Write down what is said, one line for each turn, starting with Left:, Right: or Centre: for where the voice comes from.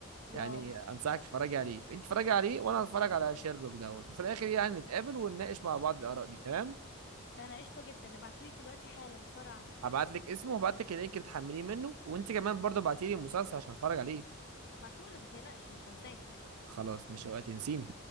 Right: يعني
Left: واو
Right: انصحك تتفرجي عليه انت تتفرجي عليه وانا هتفرج على شيرلوك دوت وفي الاخر يعني نتقابل ونناقش مع بعض الاراء دي تمام
Left: انا قشطه جدا ابعتولي دلوقتي حالا بسرعه
Right: هبعت لك اسمه وهبعت لك اللينك اللي تحمليه منه وانت كمان برضه ابعتي لي المسلسل عشان اتفرج عليه
Left: هبعتهولك ما تقلقش مش هنساك
Right: خلاص مش وقت تنسيني